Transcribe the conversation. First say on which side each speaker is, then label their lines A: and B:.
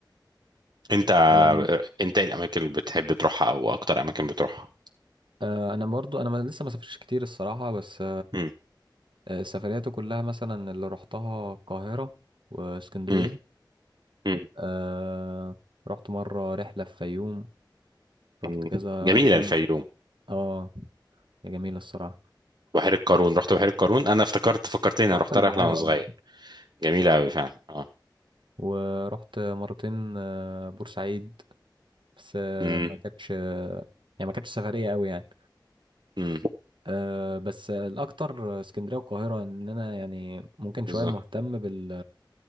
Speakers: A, on the right; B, on the right.
A: انت آه،
B: يعني
A: انت ايه الاماكن اللي بتحب تروحها او اكتر اماكن بتروحها
B: آه، انا برضو انا ما- لسه ما سافرتش كتير الصراحة بس
A: مم.
B: آه، سفرياتي كلها مثلا اللي رحتها القاهرة واسكندرية
A: مم. مم.
B: آه، رحت مرة رحلة في فيوم رحت
A: مم.
B: كذا
A: جميلة
B: مرتين
A: الفيوم
B: اه يا جميلة الصراحة
A: بحيرة قارون رحت بحيرة قارون انا افتكرت فكرتني انا
B: رحت
A: رحت
B: البحيرة
A: رحلة وانا صغير
B: اه
A: جميلة قوي فعلا اه
B: ورحت مرتين آه، بورسعيد بس آه،
A: امم
B: ما كانتش آه، يعني ما كانتش سفرية قوي يعني
A: امم
B: آه، بس الأكتر اسكندرية والقاهرة إن أنا يعني ممكن شوية
A: بالظبط
B: مهتم بال